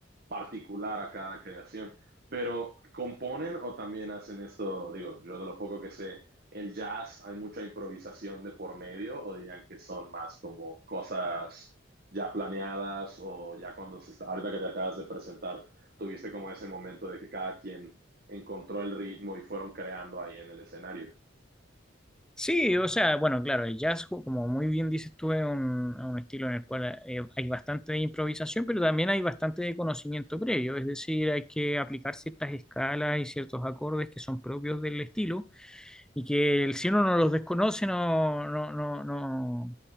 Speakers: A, on the right; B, in the centre.
A: particular a cada creación. Pero componen o también hacen esto, digo, yo de lo poco que sé, el jazz hay mucha improvisación de por medio o dirían que son más como cosas ya planeadas o ya cuando se está, ahorita que te acabas de presentar, tuviste como ese momento de que cada quien encontró el ritmo y fueron creando ahí en el escenario.
B: Sí, o sea, bueno, claro, el jazz, ju- como muy bien dices tú, es un, un estilo en el cual eh, hay bastante de improvisación, pero también hay bastante de conocimiento previo, es decir, hay que aplicar ciertas escalas y ciertos acordes que son propios del estilo y que el- si uno no los desconoce no, no, no, no,